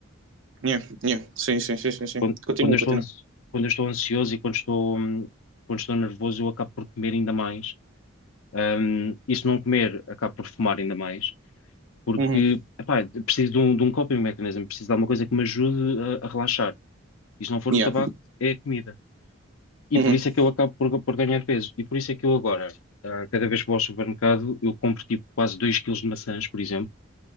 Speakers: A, on the right (about 65°); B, on the left (about 85°).
A: Yeah, yeah. Sim, sim, sim, sim, sim.
B: quando,
A: Continua,
B: quando eu estou,
A: continua.
B: ans- quando eu estou ansioso e quando estou, hum, quando estou nervoso, eu acabo por comer ainda mais. Hum, e se não comer, acabo por fumar ainda mais, porque,
A: Uhum.
B: epá, eu preciso de um, de um coping mechanism, preciso de alguma coisa que me ajude a, a relaxar. E se não for
A: Yeah.
B: o tabaco, é a comida. E
A: Uhum.
B: por isso é que eu acabo por, por ganhar peso. E por isso é que eu agora, ah, cada vez que vou ao supermercado, eu compro tipo quase 2 quilos de maçãs, por exemplo